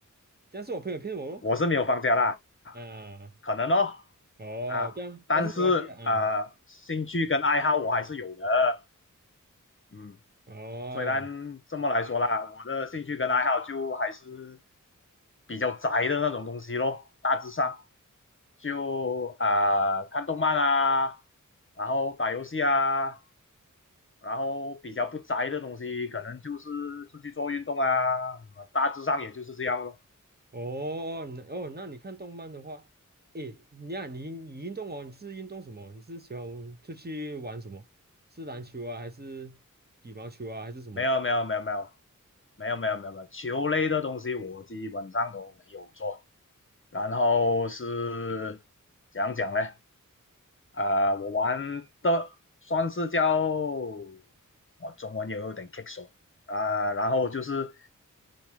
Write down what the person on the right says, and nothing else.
这样是我朋友骗我咯，
啊，
哦，
这样，
但是没关系啊，啊
哦，
哦，那哦，那你看动漫的话，诶，你啊，你你运动哦，你是运动什么？你是喜欢出去玩什么？是篮球啊，还是羽毛球啊，还是什么？